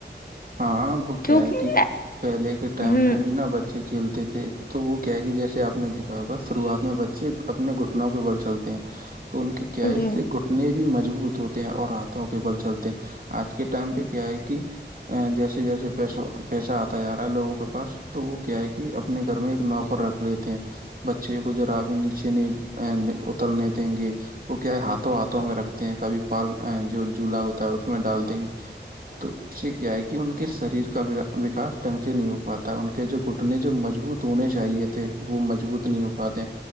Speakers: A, on the right; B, on the left.
A: ہاں وہ
B: کیونکہ
A: کیا ہے کہ پہلے کے ٹائم
B: ہ
A: پہ بھی نہا ب کھیلتے تھے تو وہ کیا ہے کہ جیسے آپ نے دیکھا ہوگا شروعات میں بچے اپنے گ کے بل چلتے ہیں تو ان کے کیا
B: جی
A: اس سے گٹ اپتنے بھی مجبوط ہوتے ہیں اور ہاتھوں کے بل چلتے ہیں آج کے ٹائم پہ کیا ہے کہ جیسے جیسے پیسوں پیسہ آتا جا رہا ہے لوگوں کے پاس تو وہ کیا ہے کہ اپنے گھر میں ایک نوکر رکھ لیتے ہیں بچے کو جذرا بھی نیچے نہیں اترنے دیں گے وہ کیا ہے ہاتھوں ہاتھوں میں رکھتے ہیں کبھی پال جو جھولا ہوتا ہے اس میں ڈال دیں گے تو س کیا ہے کہ ان کے شریر کا وکاس ڈھنگ سے نہیں ہو پاتا ان کے جو گھٹنے جو مضبوط ہونے چاہیے تو وہ مضبوط نہیں ہو پاتے